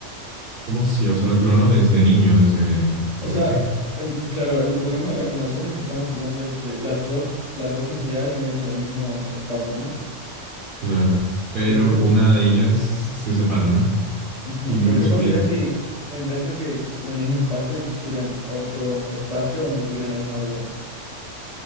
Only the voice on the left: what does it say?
O
sea,
em, claro, el problema de la clonación es que estamos hablando de que las dos, las dos entidades viven en el mismo espacio, ¿no?
Pero ¿qué
Ujú,
Pero ¿qué
pasaría
si en vez de que existiera el mismo espacio, existieran otro espacio donde tuvieran la misma vida?